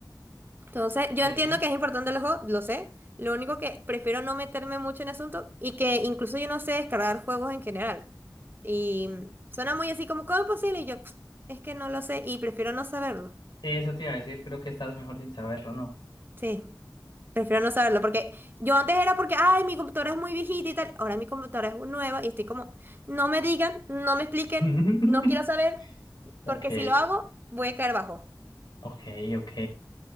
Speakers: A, on the right; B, on the left.
A: Entonces, yo
B: Breve.
A: entiendo que es importante los juegos, lo sé. Lo único que prefiero no meterme mucho en el asunto y que incluso yo no sé descargar juegos en general. Y mm, suena muy así como, ¿cómo es posible? Y yo, "Ps, es que no lo sé y prefiero no saberlo.
B: Sí, eso te iba a decir, creo que estás mejor sin saberlo, ¿no?
A: Sí, prefiero no saberlo porque yo antes era porque, ay, mi computadora es muy viejita y tal. Ahora mi computadora es nueva y estoy como, no me digan, no me expliquen,
B: <laughs>
A: no quiero saber,
B: Ok,
A: porque si lo hago, voy a caer bajo.
B: ok, ok.